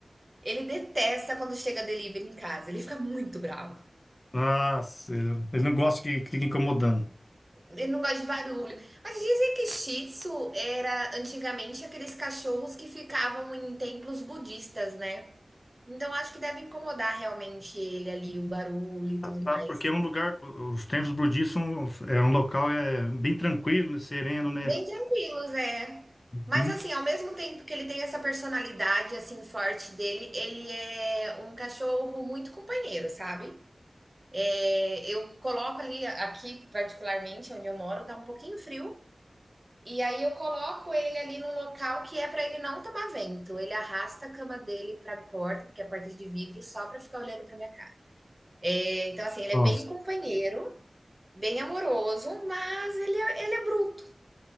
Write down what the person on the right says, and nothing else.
Ele detesta quando chega delivery em casa, ele fica muito bravo.
Ele não gosta de barulho. Mas dizem que Shih Tzu era antigamente aqueles cachorros que ficavam em templos budistas, né. Então acho que deve incomodar realmente ele ali, o barulho e tudo mais.
Bem tranquilos, é.
Mas assim, ao mesmo tempo que ele tem essa personalidade, assim, forte dele, ele é um cachorro muito companheiro, sabe. É, eu coloco ali, aqui particularmente, onde eu moro, tá um pouquinho frio. E aí eu coloco ele ali num local que é para ele não tomar vento. Ele arrasta a cama dele para a porta, porque é a porta é de vidro, só para ficar olhando para minha cara. É, então, assim, ele
é bem companheiro, bem amoroso, mas ele é, ele é bruto,